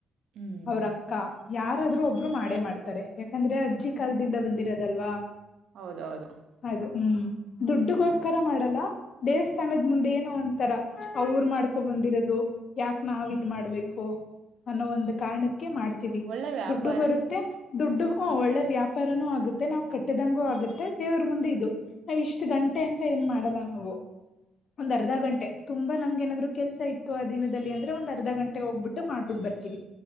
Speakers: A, on the right (about 70°); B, on the left (about 55°).
A: ಹ್ಮ್
B: ಅವ್ರ ಅಕ್ಕ ಯಾರಾದ್ರೂ ಒಬ್ ಇಬ್ರು ಮಾಡೇ ಮಾಡ್ತಾರೆ ಯಾಕಂದ್ರೆ ಅಜ್ಜಿ ಕಾಲದಿಂದ ಬಂದಿರೋದಲ್ವಾ
A: ಹೌದ್ ದೌದು
B: ಅದು ಹ್ಮ್ ದುಡ್ಡುಗೋಸ್ಕರ ಮಾಡಲ್ಲ ದೇವಸ್ಥಾನದ ಮುಂದೆ ಏನು ಒಂತರ ಅವರು ಮಾಡ್ಕೊ ಬಂದಿರೋದು ಯಾಕೆ ನಾವು
A: ಹ
B: ಇದ್ ಮಾಡ್ಬೇಕು ಅನ್ನೋ ಒಂದು ಕಾರಣಕ್ಕೆ ಮಾಡ್ತೀವಿ
A: ಒಳ್ಳೇ ವ್ಯಾಪ್
B: ದುಡ್ಡು ಬರುತ್ತೆ ದುಡ್ಡು ಹೂ ಒಳ್ಳೆ ವ್ಯಾಪಾರನೂ ಆಗುತ್ತೆ ನಾವು ಕಟ್ಟದಂಗೂ ಆಗತ್ತೆ ದೇವರ ಮುಂದೆ ಇದು ನಾವ ಇಷ್ಟು
A: ಹ
B: ಗಂಟೆ ಅಂತ ಏನ್ ಮಾಡಲ್ಲ ನಾವು ಒಂದ್ ಅರ್ಧ
A: ಹ್ಮ್
B: ಗಂಟೆ ತುಂಬಾ ನಮ್ಗೆ ಏನಾದ್ರು ಕೆಲಸ ಇತ್ತು ಆ ದಿನದಲ್ಲಿ ಅಂದ್ರ ಒಂದ ಅರ್ಧ ಗಂಟೆಗೆ ಹೋಗ್ಬಿಟ್ಟು ಮಾಡಬಿಟು ಬರ್ತೀವಿ